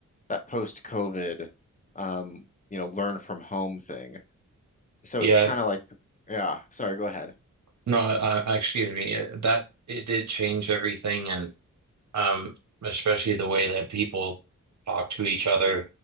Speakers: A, on the left; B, on the right.
A: that post COVID um, you know, learn from home thing. So
B: Yeah,
A: it's kind of like, yeah, sorry, go ahead.
B: no, I, I, excuse me. That it did change everything and. um, especially the way that people talk to each other,